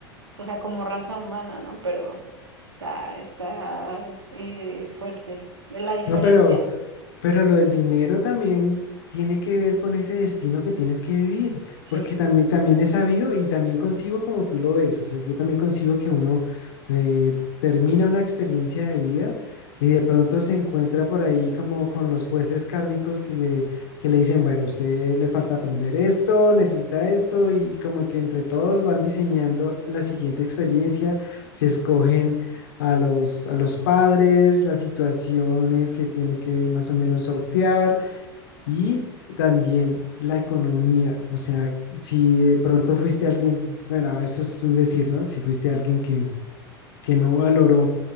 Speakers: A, on the right (about 85°); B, on the left (about 65°).
A: o sea, como raza humana, ¿no? Pero está, está eh, fuerte la diferencia,
B: No, pero, Pero lo del dinero también tiene que ver con ese destino que tienes que vivir,
A: sí.
B: porque también, también he sabido y también concibo como tú lo ves, o sea, yo también concibo que uno eh, termina una experiencia de vida y de pronto se encuentra por ahí como con los jueces kármicos que le, que le dicen, bueno, usted le falta aprender esto, necesita esto, y como que entre todos van diseñando la siguiente experiencia, se escogen a los, a los padres, las situaciones que tiene que más o menos sortear y también la economía. O sea, si de pronto fuiste alguien, bueno, eso es un decir, ¿no? Si fuiste alguien que, que no valoró